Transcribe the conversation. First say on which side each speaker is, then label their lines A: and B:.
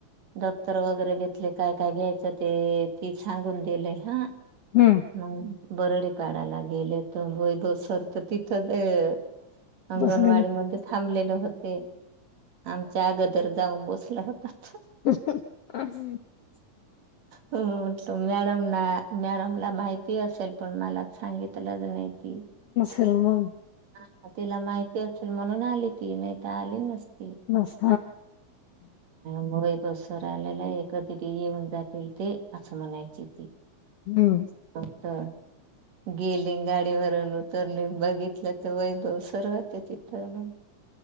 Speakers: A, on the right; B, on the left.
A: दप्तर वगैरे घेतले काय काय घ्यायचं ते ती सांगून दिलेय हा.
B: हम्म
A: <unintelligible> बरडी पाडायला गेले तर वैभव सर तर तिथंच हे. अंगणवाडी
B: बसलेले
A: मध्ये थांबलेले होते. आमच्या अगदर जाऊन बसला होता.
B: <unintelligible>
A: ह म्हणतो मॅडम ना मॅडम ला माहिती असेल. पण मलाच सांगि ला नाही क
B: सलमन
A: हा तिला माहितीच तर म्हणून आली ती नाही तर आली नसते.
B: बश
A: मगई बससर आलेला आहे कधी त येऊन जातील. ते असं म्हणायची त
B: हम्म
A: होता. गेली गाडीवरून उतरली बघितलं तर वैभव सरवात आहे. तिथ मग